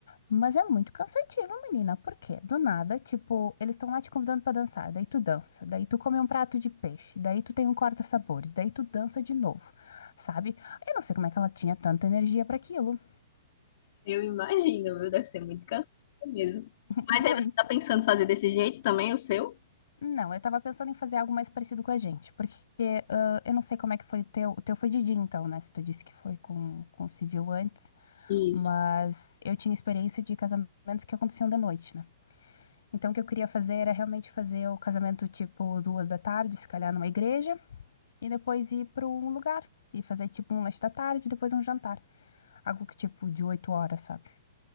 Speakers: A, on the left; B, on the left.
A: Mas é muito cansativo, menina. Por quê? Do nada, tipo, eles estão lá te convidando pra dançar. Daí tu dança. Daí tu come um prato de peixe. Daí tu tem um corta-sabores. Daí tu dança de novo, sabe? Eu não sei como é que ela tinha tanta energia pra aquilo.
B: Eu imagino, viu? Deve ser muito cansativo mesmo. Mas
A: <laughs> Muito.
B: aí você tá pensando fazer desse jeito também, o seu?
A: Não, eu tava pensando em fazer algo mais parecido com a gente, porque ah, eu não sei como é que foi o teu. O teu foi de dia, então, né? Se tu disse que foi com, com o civil antes,
B: Isso.
A: mas eu tinha experiência de casamentos que aconteciam de noite, né? Então, o que eu queria fazer era realmente fazer o casamento tipo duas da tarde, se calhar numa igreja, e depois ir pra um lugar e fazer tipo um lanche da tarde, depois um jantar. Algo que tipo de oito horas, sabe?